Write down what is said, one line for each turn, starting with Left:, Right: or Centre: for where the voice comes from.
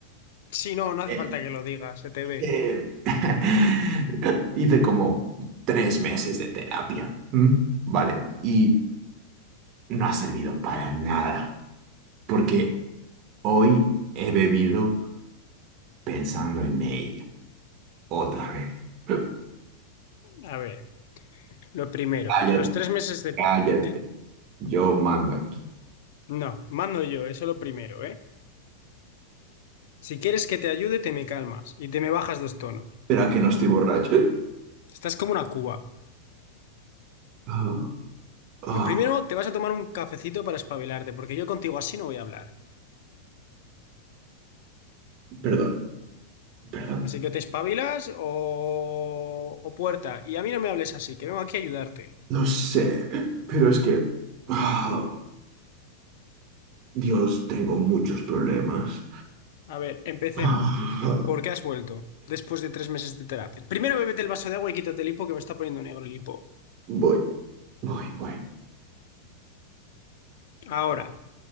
Left: Sí, no, no hace
Right: Eh,
Left: falta que lo digas, se te ve.
Right: eh, <laughs> hice como tres meses de terapia, ¿m? ¿vale? Y no ha servido para nada, porque hoy he bebido pensando en ella, otra vez. <laughs>
Left: A ver, lo primero,
Right: Cállate,
Left: los tres meses de,
Right: cállate,
Left: de-
Right: yo mando aquí.
Left: No, mando yo, eso lo primero, ¿eh? Si quieres que te ayude, te me calmas y te me bajas dos tonos.
Right: Pero que no estoy borracho.
Left: Estás como una cuba.
Right: Ah, ah,
Left: Lo primero, te vas a tomar un cafecito para espabilarte, porque yo contigo así no voy a hablar.
Right: perdón, perdón.
Left: Así que te espabilas o, o puerta. Y a mí no me hables así, que vengo aquí a ayudarte.
Right: No sé, pero es que... ah, Dios, tengo muchos problemas.
Left: A ver, empecemos.
Right: Ah,
Left: ¿Por qué has vuelto después de tres meses de terapia? Primero bébete el vaso de agua y quítate el hipo que me está poniendo negro el hipo.
Right: voy, voy, voy.
Left: Ahora,